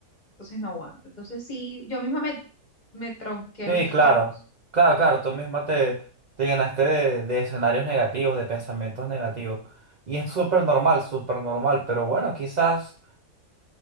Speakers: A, on the left; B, on the right.
A: Entonces no aguanta. Entonces sí, yo misma me, me tronqué
B: Sí,
A: los
B: claro,
A: sueños.
B: claro, claro. Tú misma te, te llenaste de, de escenarios negativos, de pensamientos negativos. Y es súper normal, súper normal. Pero bueno, quizás